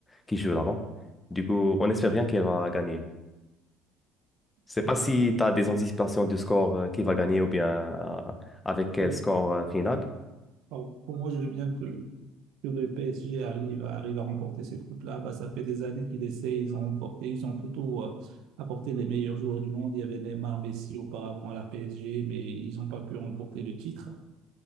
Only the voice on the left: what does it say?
qui jouent là-bas. Du coup, on espère bien qu'elle va gagner. Je sais
pas si
tu as des anticipations du score euh, qui va gagner ou bien euh, avec quel
score euh, final.